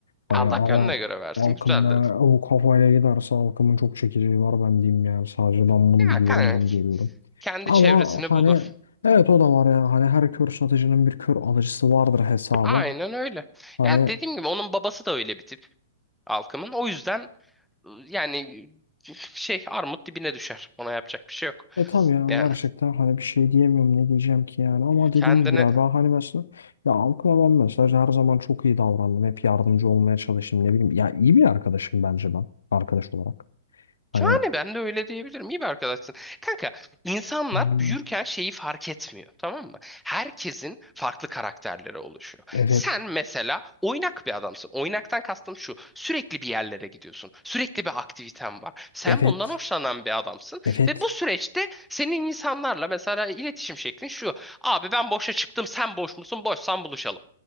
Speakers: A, on the left; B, in the centre.
A: Hani
B: Allah
A: ama
B: gönlüne göre versin
A: halkım
B: güzel
A: ne o kafayla giderse halkımın çok çekeceği var ben diyeyim yani. Sadece ben bunu
B: Ya
A: biliyorum
B: kanka
A: bunu görüyorum.
B: kendi
A: Ama
B: çevresini
A: hani
B: bulur.
A: evet o da var ya hani her kör satıcının bir kör alıcısı vardır hesaba.
B: Aynen öyle.
A: Hani
B: Ya dediğim gibi onun babası da öyle bir tip Alkım'ın. O yüzden yani şey armut dibine düşer. Ona yapacak bir şey yok.
A: e tabii ya
B: Yani
A: gerçekten hani bir şey diyemiyorum ne diyeceğim ki yani ama dediğim
B: kendine
A: gibi ya ben hani mesela ya halkıma ben mesela her zaman çok iyi davrandım hep yardımcı olmaya çalıştım ne bileyim ya iyi bir arkadaşım bence ben arkadaş olarak. Hani
B: Yani ben de öyle diyebilirim. İyi bir arkadaşsın. Kanka insanlar
A: Yani.
B: büyürken şeyi fark etmiyor. Tamam mı? Herkesin farklı karakterleri oluşuyor.
A: evet
B: Sen mesela oynak bir adamsın. Oynaktan kastım şu. Sürekli bir yerlere gidiyorsun. Sürekli bir aktiviten var. Sen
A: evet
B: bundan hoşlanan bir adamsın.
A: evet
B: Ve bu süreçte senin insanlarla mesela iletişim şeklin şu. Abi ben boşa çıktım sen boş musun? Boşsan buluşalım.